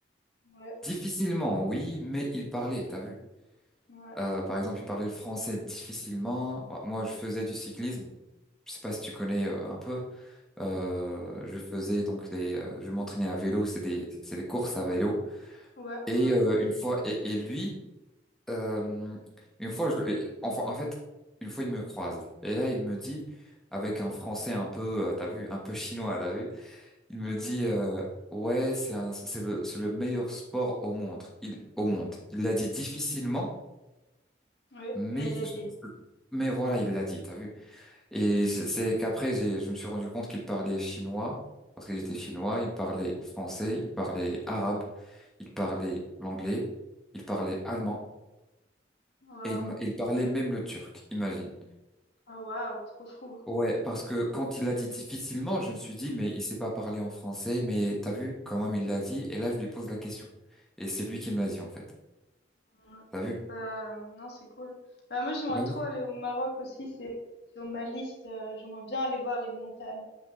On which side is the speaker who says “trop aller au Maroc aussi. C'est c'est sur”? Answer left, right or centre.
Left